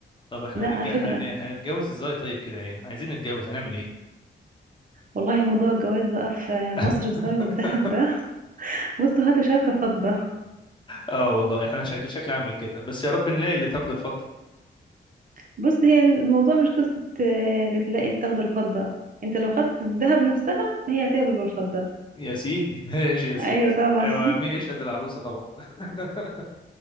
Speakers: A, on the left; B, on the right.
A: طب احنا
B: لا
A: هنتج...
B: على
A: هن...
B: فكرة
A: هنتجوز ازاي طيب كده ايه عايزين نتجوز هنعمل ايه
B: والله موضوع الجواز بقى في مصر
A: <laughs>
B: بسبب الذهب ده <laughs> بصوا هاتوا شبكة فضة
A: اه والله احنا شكل شكل عامل كده بس يا رب نلاقي اللي تاخد الفضة
B: بص هي الموضوع مش قصة آه، اللي تلاقي تاخد الفضة انت لو خدت الذهب نفسها فهي هتقبل بالفضة
A: يا سيدي <laughs> ماشي يا ستي
B: ايوه طبعا
A: هو مين يشهد العروسة طبعا <laughs>